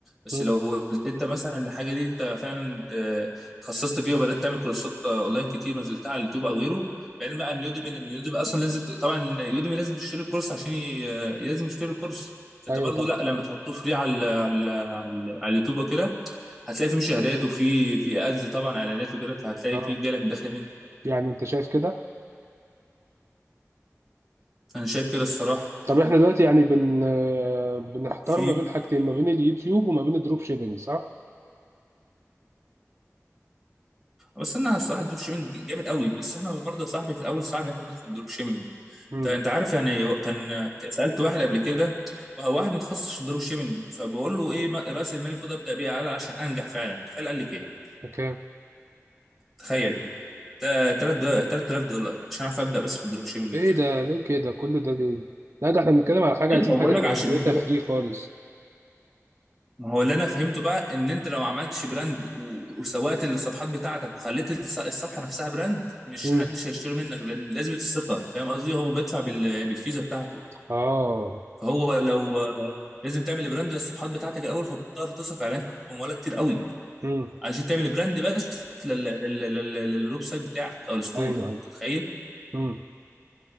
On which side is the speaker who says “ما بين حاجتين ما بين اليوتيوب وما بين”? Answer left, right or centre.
Right